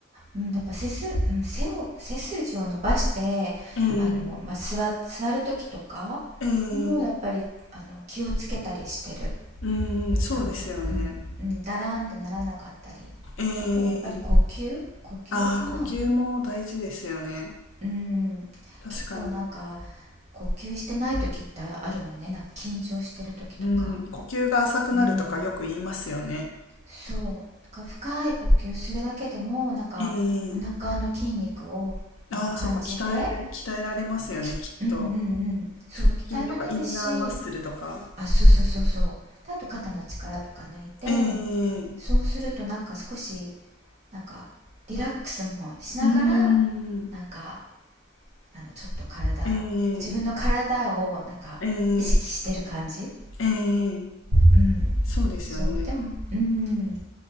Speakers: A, on the right (about 35°); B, on the left (about 70°).
A: うん、やっぱ背す、うん背を背筋を伸ばしてあの、
B: えー、
A: まあ、座座る時とか
B: えー、
A: もやっぱりあの気をつけたりしてる
B: うーん、そうですよね。
A: あの、うんうん、だらーんってならなかったりあとやっぱり呼吸呼吸かな、
B: えー、ああ、呼吸も大事ですよね。
A: うん、
B: 確かに。
A: 結構なんか呼吸してない時ってあるもんねなんか緊張してる時とか。
B: うん、呼吸が浅くなるとかよく言いますよね。
A: うんそう、なんか深い呼吸するだけでも、なんかお腹の筋肉をなんか感じて、
B: えー、ああ、そうか、鍛え、鍛えられますよね、
A: きうんうんう
B: きっと。
A: ん、そう、
B: 腹筋とかインナーマッスルとか。
A: 鍛えられるし、あ、そうそうそうそう。であと肩の力とか抜いて、
B: えー、
A: そうするとなんか少し、なんかリラックスもしながら、
B: うーん、
A: なんか、あの、ちょっと体、
B: えー、
A: 自分の体をなんか意識してる感じ
B: えー、えー、
A: うん。
B: そうですよね。
A: そう、でも、うん。